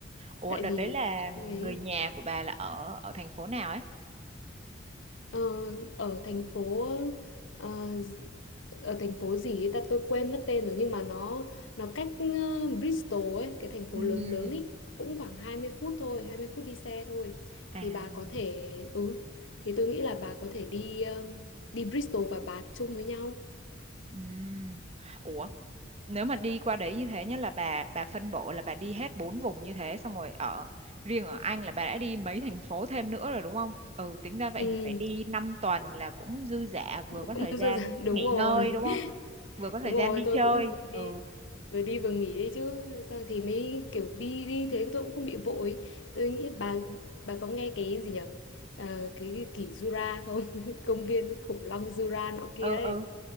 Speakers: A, on the right (about 35°); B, on the left (about 75°).
A: ủa
B: tại
A: đợt
B: vì
A: đấy là
B: ấy
A: người nhà của bà là ở ở thành phố nào ấy
B: Ờ, ở thành phố ờ, d- ở thành phố gì ấy ta tôi quên mất tên rồi nhưng mà nó nó cách ờ, Bristol ấy cái thành phố
A: Ừm.
B: lớn lớn ấy cũng khoảng 20 phút thôi 20 phút đi xe thôi
A: à
B: thì bà có thể ừ thì tôi nghĩ là bà có thể đi ờ, đi Bristol và Bath chung với nhau
A: Ừm. Ủa, nếu mà đi qua đấy như thế nhá là bà bà phân bổ là bà đi hết bốn vùng như thế xong rồi ở riêng ở Anh là bà đã đi mấy thành phố thêm nữa rồi đúng không? Ừ, tính ra vậy
B: ừ
A: thì phải đi 5 tuần là cũng dư dả vừa
B: cũng
A: có thời
B: <laughs>
A: gian
B: dư dả- đúng
A: nghỉ
B: rồi
A: ngơi đúng không?
B: <laughs>
A: Vừa có thời
B: đúng rồi
A: gian đi
B: tôi
A: chơi.
B: cũng vừa đi
A: Ừ,
B: Rồi đi vừa nghỉ đấy chứ Sao thì mới kiểu đi đi thế tôi cũng không bị vội Tôi nghĩ bà bà có nghe cái gì nhỉ Ờ, Cái kỷ Jura không <laughs> Công viên khủng long Jura nọ kia
A: ừ
B: ấy
A: ừ,